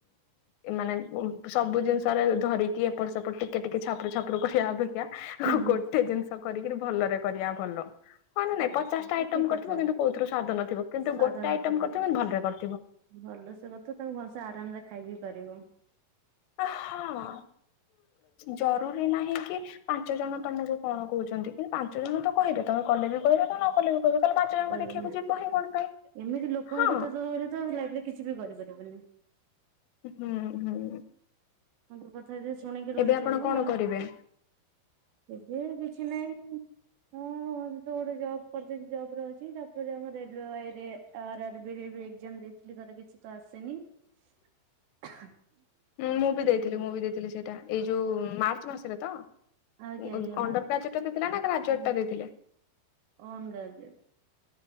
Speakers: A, on the left (about 80°); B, on the right (about 75°).
A: ମାନେ ସବୁ ଜିନିଷରେ ଧରି କି ଏପଟ ସେପଟ ଟିକେ ଟିକେ ଛାପୁରୁ ଛାପୁରୁ କରିବା ଅପେ କ୍ଷା
B: ହୁଁ ହୁଁ
A: ଗୋଟେ ଜିନିଷ କରିକିରି ଭଲରେ କରିବା ଭଲ ହ ନା ନାଇଁ
B: ହଁ
A: ପଚାଶଟା
B: ସେ ତ
A: ଆଇଟମ
B: ଠିକ କଥା
A: କରିଥିବ କିନ୍ତୁ କଉଥୁରୁ ସ୍ଵାଦ ନଥିବ କିନ୍ତୁ
B: ସ୍ଵାଦ
A: ଗୋଟେ
B: ନଥିବ
A: ଆଇଟମ କରିଥିବେ ଭଲରେ କରି
B: ଭଲସେ କଥୁ ତାକୁ ଭଲସେ ଆରାମରେ ଖାଇ ବିି ପାରିବ।
A: ହଁ ଜରୁରୀ ନାହିଁ କି ପାଞ୍ଚ ଜଣ ତମକୁ କଣ କହୁଛନ୍ତି କିନ୍ତୁ ପାଞ୍ଚ ଜଣ ତ କହିବେ ତମେ କଲେ ବି କହିବ ତ ନ କଲେ ବି କହିବେ କାଲି ପାଞ୍ଚ ଜଣଙ୍କୁ
B: କହିବ
A: ଦେଖିବାକୁ ଯିବ ହିଁ କଣ ପାଇଁ
B: ଏମିତି ଲୋକଙ୍କ
A: ହଁ
B: କଥା ତ ଧରିବ ତ ଲାଇଫରେ କିଛି ବି କରିପାରିବନି।
A: ହୁଁ ହୁଁ।
B: ମୁ କଥା ଯେ ଶୁଣିକି ରହିଯିବେ
A: ଏବେ ଆପଣ କଣ
B: ଆଉ
A: କରିବେ?
B: ଏବେ କିଛି ନାହିଁ। ହଁ ତ ଗୋଟେ ଜବ୍ କରିଦେଇ ଜବ ରେ ଅ ଛି ତାପରେ ଆମ ରେଲବାଇରେ ଆର ଆର ବି ରେ ଏକ୍ସାମ ଦେଇଥିଲି ତାର କିଛି ତ ଆସିନି।
A: <inaudible>
B: <unintelligible>
A: ହୁଁ ମୁଁ ବି
B: ହୁଁ
A: ଦେଇଥିଲି ମୁଁ ବି ଦେଇଥିଲି ସେଇଟା ଏଇ ଯୋଉ ମାର୍ଚ୍ଚ ମାସରେ ତ?
B: ଆଜ୍ଞା
A: ଉଁ
B: ଆଜ୍ଞା ମା
A: ଅଣ୍ଡର ଗ୍ରାଜୁଏଟ ଟା ଦେଇଥିଲେ ନା ଗ୍ରାଜୁଏଟ
B: ହୁଁ
A: ଟା ଦେଇଥିଲେ?
B: ଅନ୍ ଗ୍ରାଜୁଏଟ୍।